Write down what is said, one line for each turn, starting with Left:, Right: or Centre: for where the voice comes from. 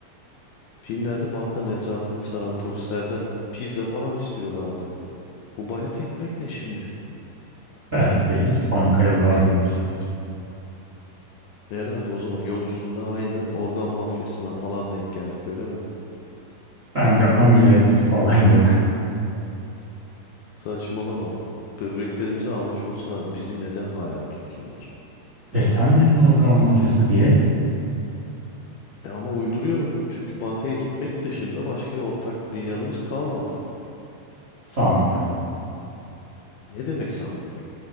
Left: Filmlerde bankanın etrafını saran polislerden pizza falan istiyorlardı. Bu bayat ekmek ne şimdi?
Right: Belki de hiç bankaya varmamışızdır.
Left: Herhalde o zaman yol üstünde aynı organ mafyasına falan denk geldik öyle mi?
Right: Ben de ameliyat izi falan yok.
Left: Saçmalama. Böbreklerimizi almış olsalar bizi neden hala tutsunlar?
Right: E sen dedin organ mafyası diye
Left: E ama uyduruyorum çünkü bankaya gitmek dışında başka ortak bir yanımız kalmadı.
Right: sanmıyorum.
Left: Ne demek sanmıyorum.